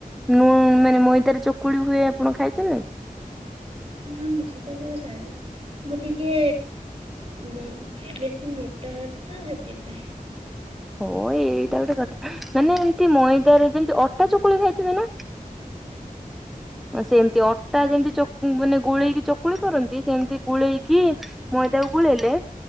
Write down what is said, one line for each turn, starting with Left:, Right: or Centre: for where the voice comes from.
Centre: ନୁଁ
Right: ହଁ
Centre: ମାନେ ମଇଦାରେ ଚ କୁଡ଼ି ହୁଏ ଆପଣ ଖାଇଥିବେ
Right: ନା ମୁଁ ମଇଦା କେବେ କାଏନି ମୁଁ ଟିକେ ମୁଁ ସିଏ ବେଶୀ ମୋଟା ତ ସେଥିପାଇଁ।
Centre: ହଁ ଏଇଟା ଗୋଟେ କଥା ମାନେ ଏମିତି ମଇଦା ରେ ଯେମିତି ଅଟା ଚକୁଳି ଖାଇଥିବେ ନା?
Right: <inaudible>
Centre: ତ ସେମିତି ଅଟା ଯେମିତି ଚକୁଟି ହୁଏନି ଗୋଳେଇକି ଚକୁଳି କରନ୍ତି ସେମିତି ଗୋଳେଇକି ମଇଦାକୁ ଗୋଳେଇଲେ